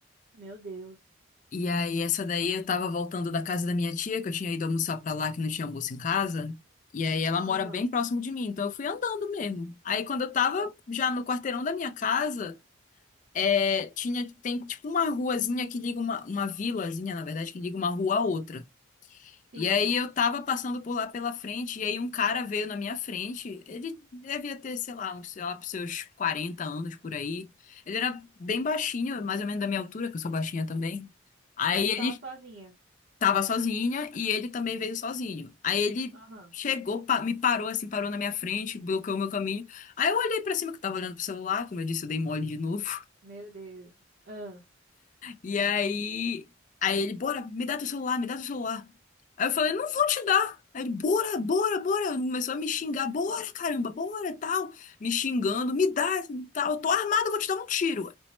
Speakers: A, on the right (about 65°); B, on the left (about 40°).
A: Meu Deus.
B: E aí, essa daí eu tava voltando da casa da minha tia, que eu tinha ido almoçar pra lá, que não tinha almoço em casa. E aí, ela mora
A: Aham.
B: bem próximo de mim, então eu fui andando mesmo. Aí, quando eu tava já no quarteirão da minha casa, é, tinha, tem tipo uma ruazinha que liga uma, uma vilazinha, na verdade, que liga uma rua à outra.
A: Sim.
B: E aí eu tava passando por lá pela frente, e aí um cara veio na minha frente. Ele devia ter, sei lá, uns, sei lá, pros seus 40 anos por aí. Ele era bem baixinho, mais ou menos da minha altura, que eu sou baixinha também. Aí
A: Mas
B: ele
A: tu tava sozinha.
B: tava sozinha e ele também veio sozinho. Aí ele
A: Aham.
B: chegou, pa- me parou assim, parou na minha frente, bloqueou o meu caminho. Aí eu olhei pra cima que eu tava olhando pro celular, como eu disse, eu dei mole de novo.
A: Meu Deus. Ah.
B: E aí, aí ele, bora, me dá teu celular, me dá teu celular. Aí eu falei, não vou te dar. Aí ele, bora, bora, bora. Começou a me xingar, bora, caramba, bora, tal. Me xingando, me dá, tal. Eu tô armado, eu vou te dar um tiro.